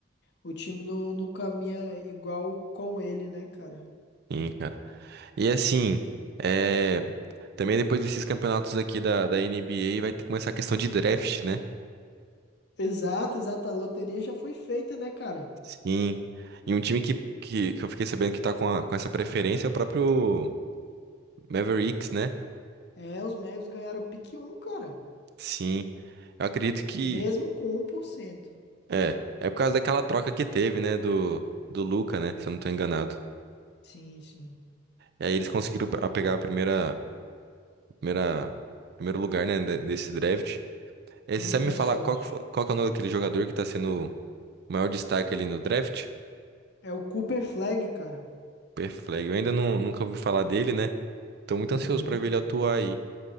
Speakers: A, on the left; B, on the right.
A: o time não, não caminha igual com ele, né, cara?
B: Sim, cara. E assim. é, Também depois desses campeonatos aqui da, da NBA vai ter que começar a questão de draft, né?
A: Exato, exato. A loteria já foi feita, né, cara?
B: Sim. E um time que, que, que eu fiquei sabendo que tá com, a- com essa preferência é o próprio Mavericks, né?
A: É, os Mavs ganharam o pick um cara.
B: Sim. Eu acredito que
A: Mesmo com um por cento
B: é. É por causa daquela troca que teve, né? Do, do Luka, né? Se eu não tô enganado.
A: Sim, sim.
B: E aí eles conseguiram pe- pegar a primeira, primeira, primeiro lugar, né? de- Desse draft. E aí,
A: Muita
B: você sabe me falar
A: sorte.
B: qual, que fo- qual que é o nome daquele jogador que tá sendo o maior destaque ali no draft?
A: É o Cooper Flag, cara.
B: Perflag. Eu ainda não, nunca ouvi falar dele, né? Tô muito
A: Uhum.
B: ansioso pra ver ele atuar aí,